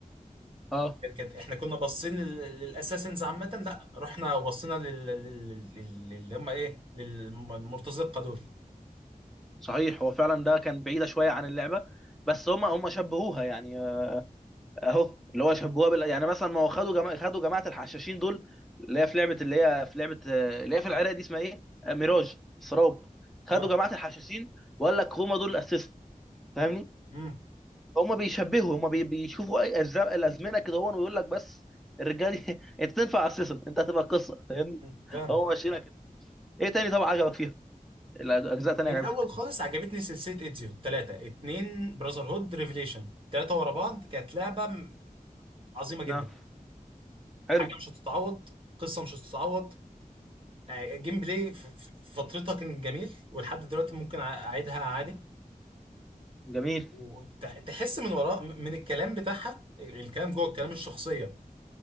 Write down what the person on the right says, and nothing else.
كانت كانت- احنا كنا باصين لل- للاساسنز عامه لا رحنا وبصينا لل- لل- لل- اللي هم ايه للمرتزقه دول
اه
امم
أمم، فاهمك
من
الاول خالص عجبتني سلسله ايدزيو ثلاثه اتنين براذر هود ريفليشن ثلاثه ورا بعض كانت لعبه م- عظيمه جدا
حاجه مش هتتعوض قصه مش هتتعوض آه، جيم بلاي في في- في فترتها كان جميل ولحد دلوقتي ممكن أع- اعيدها عادي
وتحس من وراء من الكلام بتاعها الكلام جوه الكلام الشخصيه